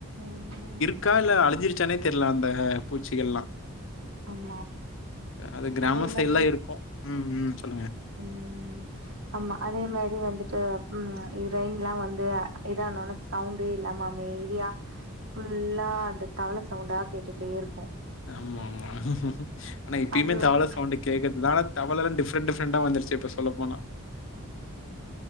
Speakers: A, on the right; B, on the left.
A: ம் ம்
B: இருக்கா இல்ல அழிஞ்சிருச்சானே தெரில அந்த பூச்சிகள்லா
A: ஆமா
B: அது கிராம
A: அதே மாரி
B: சைடுலா இருக்கு ம் ம் சொல்லுங்க
A: ம் ஆமா அதே மாரி வந்துட்டு ம் இது ரைன்லா வந்து இதானோன சவுண்டே இல்லாம அமைதியா ஃபுல்லா அந்த தவள சவுண்டா கேட்டுட்டே இருக்கு
B: ஆமா ஆமா ஆனா இப்பயுமே
A: அது வந்து
B: தவள சவுண்டு கேக்கறதுனால தவளலா டிஃப்ரெண்ட் டிஃப்ரெண்டா வந்துருச்சு இப்ப சொல்ல போனா
A: ம் ம்